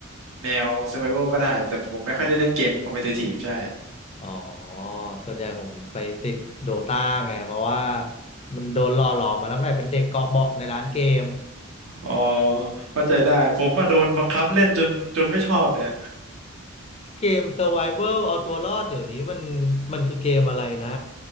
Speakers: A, on the right (about 80°); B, on the left (about 30°).
A: แนว Survival ก็ได้ แต่ผมไม่ค่อยได้เล่นเกมคอม p e t i t i v e ใช่
B: อ๋อส่วนใหญ่ผมไปติดโดตาไงเพราะว่ามันโดนหล่อหลอมมาตั้งแต่เป็นเด็กเกาะเบาะในร้านเกม
A: อ๋อเข้าใจได้ผมมาโดนบังคับเล่นจนจนไม่ชอบเนี่ย
B: เกม Survival เอาตัวรอดเดี๋ยวนี้มันมันคือเกมอะไรนะ